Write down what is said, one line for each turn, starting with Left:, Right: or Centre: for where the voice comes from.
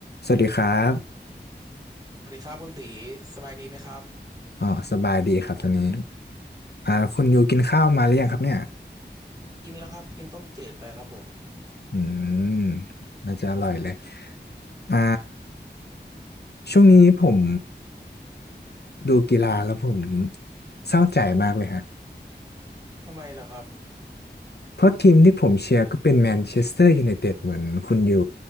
Left: สวัสดีครับ
Right: สวัสดีครับคุณตีสบายดีไหมครับ
Left: อ๋อ สบายดีครับตอนนี้อ่าคุณอยู่กินข้าวมาหรือยังครับเนี่ย
Right: กินแล้วครับกินต้มจืดไปครับผม
Left: อืม น่าจะอร่อยเลย อ่า ช่วงนี้ผมดูกีฬาแล้วผมเศร้าใจมากเลยฮะ
Right: ทำไมล่ะครับ
Left: เพราะทีมที่ผมเชียร์ก็เป็นแมนเชสเตอร์ยูไนเต็ดเหมือนคุณอยู่